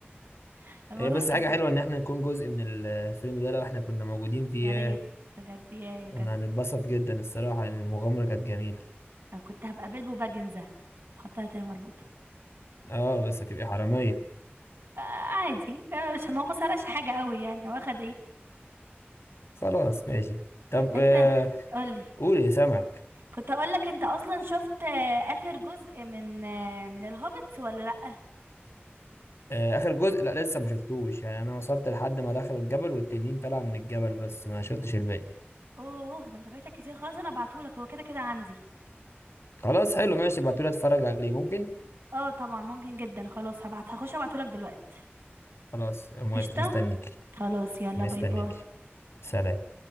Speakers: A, on the right; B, on the left.
A: <laughs> الموضوع
B: هي بس حاجة
A: لذيذ
B: حلوة ان احنا نكون جزء من الفيلم ده لو احنا كنا موجودين فيه
A: يا ريت
B: ياه،
A: بجد يا بجد
B: كنا هنتبسط جدا الصراحة يعني المغامرة كانت جميلة
A: انا كنت هبقى بلبو باجنزه حطها تاني مربوطه
B: اه بس هتبقي حرامية
A: آه، عادي آه، مش ما هو ما سرقش حاجه قوي يعني هو اخد ايه
B: خلاص ماشي طب
A: انت
B: آه
A: قولي
B: قولي سمك
A: كنت اقول لك انت اصلا شفت آه، اخر جزء من آه، من الهوبيتس ولا لا
B: آه اخر جزء لا لسه ما شفتوش يعني انا وصلت لحد ما دخلوا الجبل والتنين طلع من الجبل بس ما شفتش الباقي
A: اوه ده انت فايتك كتير خلاص انا ابعتهولك هو كده كده عندي
B: خلاص حلو ماشي ابعتولي اتفرج عليه ممكن
A: اه طبعا ممكن جدا خلاص هبعت هخش ابعتهولك دلوقتي
B: خلاص موافق
A: قشطة
B: مستنيك
A: خلاص يلا
B: مستنيك
A: باي باي
B: سلام